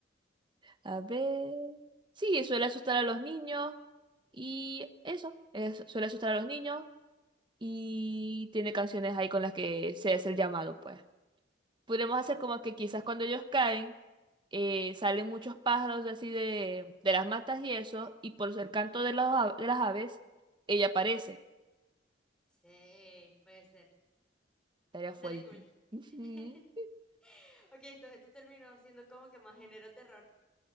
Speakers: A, on the right (about 25°); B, in the centre.
A: A ver. Sí, suele asustar a los niños. Y eso, es- suele asustar a los niños. Y tiene canciones ahí con las que se hace el llamado, pues. Podríamos hacer
B: Oh.
A: como que quizás cuando ellos caen, eh, salen muchos pájaros de así de, de las matas y eso, y por el canto de, los a- de las aves, ella aparece.
B: Sí, puede ser.
A: Estaría
B: Estaría
A: fuerte.
B: cool.
A: Ujú.
B: <laughs> Ok, esto, esto terminó siendo como que más género terror.